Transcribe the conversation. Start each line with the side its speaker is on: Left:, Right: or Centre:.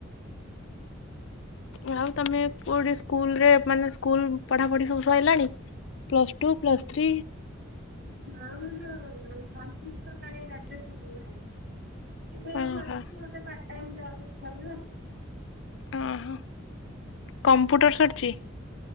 Left: ଆଉ ତମେ କୋଉଠି ସ୍କୁଲ ରେ ମାନେ ସ୍କୁଲ ପଢାପଢି ସବୁ ସଇଲାଣି। Plus two plus three.
Right: <unintelligible> ଏବେ ଏଇଠି
Left: ଓହୋ
Right: ଅଛି ଏବେ ପାଟଟାଇମ ଜବ ସାରିଲାଣି।
Left: ଓହୋ କମ୍ପୁଟର ସରିଛି।